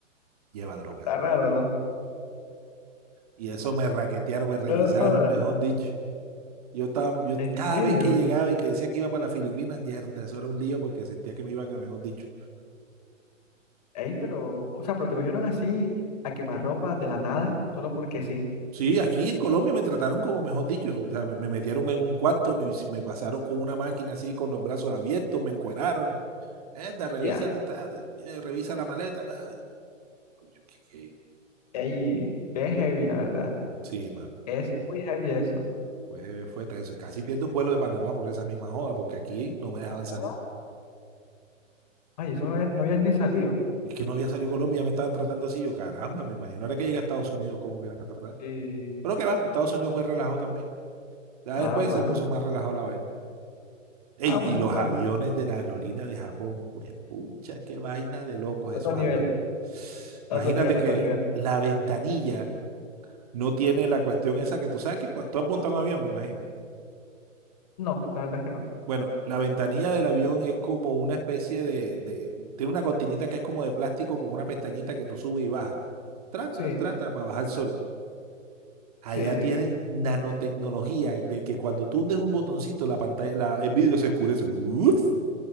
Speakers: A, on the right; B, on the left.
A: lleva droga.
B: está raro, ¿no?
A: Y eso me raquetearon, me revisaron,
B: No, joda,
A: mejor dicho. Yo estaba, yo
B: en
A: cada
B: serio,
A: vez que llegaba y que decía que iba para las Filipinas, yerda, eso era un lío porque sentía que me iban a mejor dicho.
B: ey, pero, o sea, pero te cogieron así a quemarropa de la nada, solo porque sí,
A: Sí, aquí en Colombia me trataron como mejor dicho, o sea, me, me metieron en un cuarto, me, me pasaron con una máquina así, con los brazos abiertos, me encueraron. Erda, revisa,
B: ya.
A: ta, eh, revisa la maleta. ta. Yo, ¿qué- qué?
B: Ey, qué heavy, la verdad.
A: Sí, man,
B: Es muy heavy eso.
A: fue, fue eso. Casi pierdo un vuelo de Panamá por esa misma joda, porque aquí no me dejaban salir.
B: Joda. Ay, eso no habías, no habías ni salido.
A: Y que no había salido Colombia, ya me estaban tratando así. Yo, caramba, me imagino. Ahora que llega a Estados Unidos, ¿cómo me iban a tratar?
B: Sí.
A: Pero que va, Estados Unidos fue relajado también. Ya
B: Ah,
A: después
B: bueno.
A: se puso más relajado la vaina. Ey,
B: Ah, bueno,
A: y los
B: igual.
A: aviones de la aerolínea de Japón, pues, pucha, qué vaina de locos
B: Otro
A: esos
B: nivel,
A: aviones.
B: otro
A: Imagínate
B: nivel, otro
A: que
B: nivel.
A: la ventanilla no tiene la cuestión esa que tú sabes que cuando tú has montado un avión, me imagino.
B: No, la verdad es que no.
A: Bueno, la ventanilla del avión es como una especie de, de- tiene una cortinita que es como de plástico con una pestañita que tú subes y bajas. Tra,
B: Sí,
A: tra, tra, tra, para bajar el sol. Allá
B: sí, sí.
A: tienen
B: O
A: nanotecnología de que cuando tú hundes un botoncito, la pantalla, la, el vidrio se oscurece. Uf,